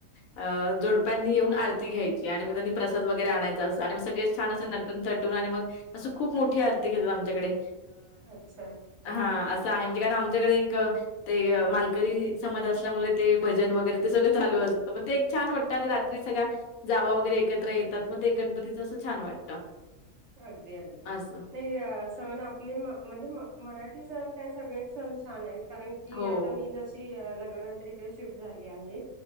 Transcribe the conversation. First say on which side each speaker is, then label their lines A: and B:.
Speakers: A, on the left (about 75°); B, on the right (about 55°).
A: अ जोडप्यांनी येऊन, आरती घ्यायची आणि मग त्यांनी, प्रसाद वगैरे आणायचा, अस आणि म सगळे छान असं. नटूनथटूण, आणि मग असं खूप मोठी आरती घेतात, आमच्याकडे
B: अच्छा.
A: हा, असं आहे, म्हणजे कारण आमच्याकडे एक, ते मालकरी समाज असल्यामुळे ते भजन, वगैरे ते सगळं चालू असतं, मग ते एक छान वाटत आणि रात्री सगळ्या जावा, वगैरे एकत्र येतात, मग ते गणपतीच असं छान वाटतं.
B: अगदी, अगदी,
A: असं.
B: काही, सण आपले म म्हणजे, म मराठी सण काय सगळेच, सण छान आहेत. कारण की,
A: हो.
B: आता मी जशी, लग्नानंतर इकडे शिफ्ट झाली आहे.